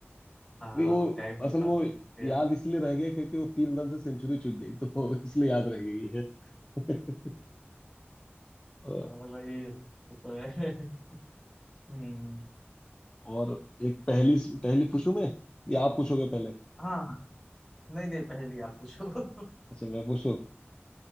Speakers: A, in the centre; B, on the left.
A: हाँ
B: अरे वो
A: टाइम तो
B: असल
A: काफी
B: में वो
A: हो गया
B: याद इसलिए रह गया क्योंकि वो तीन रन से सेंचुरी चूक गई तो इसलिए याद रह गई है <laughs> अ,
A: हाँ भाई ये तो है <laughs> हम्म
B: और एक पहली पहली पूछूं मैं या आप पूछोगे पहले
A: हाँ हाँ, नहीं नहीं पहली आप पूछो
B: अच्छा मैं पूछूं